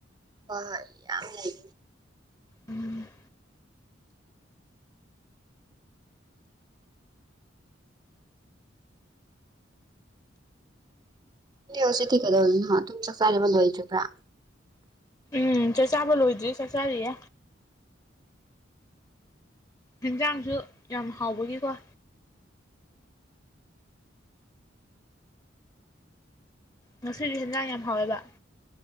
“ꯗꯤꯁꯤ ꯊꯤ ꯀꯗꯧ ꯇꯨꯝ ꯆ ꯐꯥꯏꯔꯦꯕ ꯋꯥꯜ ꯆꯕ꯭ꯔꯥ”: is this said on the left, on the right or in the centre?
Right